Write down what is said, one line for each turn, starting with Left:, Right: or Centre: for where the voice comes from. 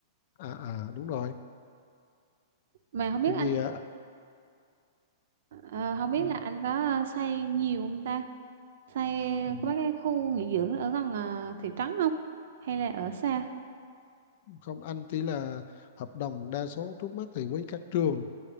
Left: à à đúng rồi
Right: Mà không biết
Left: tại
Right: anh
Left: vì à,
Right: ờ, không biết
Left: ừ,
Right: là anh có ờ, xây nhiều không ta? Xây
Left: ừ,
Right: có mấy cái khu nghỉ dưỡng ở gần ờ, thị trấn không? Hay là ở xa?
Left: không anh chỉ là hợp đồng đa số trước mắt thì với các trường